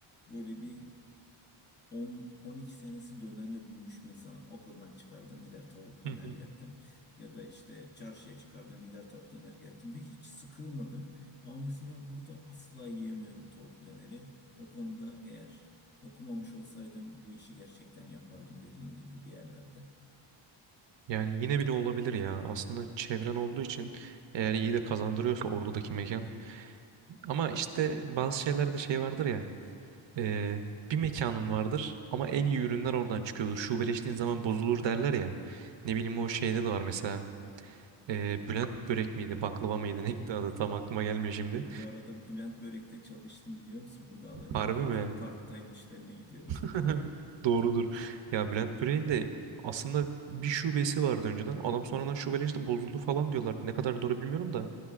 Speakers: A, on the left; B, on the right.
A: böyle bir 10-12 senesi dönerle büyümüş bir insanım. Okuldan çıkardım gider tavuk döner
B: <laughs>
A: yerdim. Ya da işte çarşıya çıkardım gider tavuk döner yerdim. Ve hiç sıkılmadım. Ama mesela burada asla yiyemiyorum tavuk döneri. O konuda eğer okumamış olsaydım bu işi gerçekten yapardım dediğin gibi bir yerlerde.
B: Yani yine bile olabilir ya. Aslında çevren olduğu için eğer iyi de kazandırıyorsa oradaki mekan. Ama işte bazı şeylerde şey vardır ya. e, bir mekanın vardır ama en iyi ürünler oradan çıkıyordur. Şubeleştiğin
A: Evet
B: zaman
A: evet.
B: bozulur derler ya. Ne bileyim o şeyde de var mesela. Ee, Bülent börek miydi, baklava mıydı, <laughs> neydi adı tam aklıma gelmiyor şimdi.
A: Bu arada Bülent Börek'te çalıştım biliyor musun? Burada Alanya'da
B: Harbi
A: bazen
B: mi?
A: part-time işlerine gidiyordum.
B: <laughs> Doğrudur. Ya Bülent böreğin de aslında bir şubesi vardı önceden. Adam sonradan şubeleşti, işte bozuldu falan diyorlar. Ne kadar doğru bilmiyorum da.